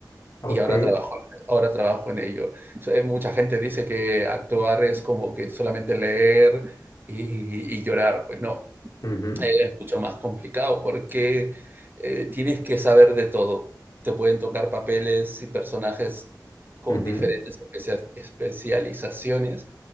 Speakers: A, on the left; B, on the right.
A: Ok.
B: y ahora trabajo, ahora trabajo en ello. So, eh, Mucha gente dice que actuar es como que solamente leer y, y llorar. Pues no,
A: mhm,
B: es mucho más complicado porque eh, tienes que saber de todo. Te pueden tocar papeles y personajes con
A: mhm,
B: diferentes especia- especializaciones